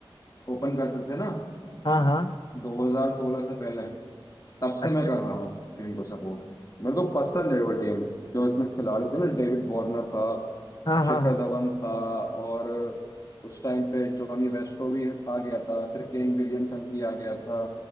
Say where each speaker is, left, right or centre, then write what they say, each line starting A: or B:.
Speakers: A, on the left; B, on the left.
A: ओपन करते थे ना
B: हाँ हाँ
A: 2016 से पहले तब
B: अच्छा
A: से मैं कर रहा हूँ इस टीम को सपोर्ट मेरे को पसंद है वो टीम जो इसमें खिलाड़ी थे ना डेविड वार्नर था
B: हाँ हाँ
A: शिखर
B: हाँ
A: धवन था और उस टाइम पे जॉनी वेस्ट्रो भी आ गया था फिर केन विलियमसन भी आ गया था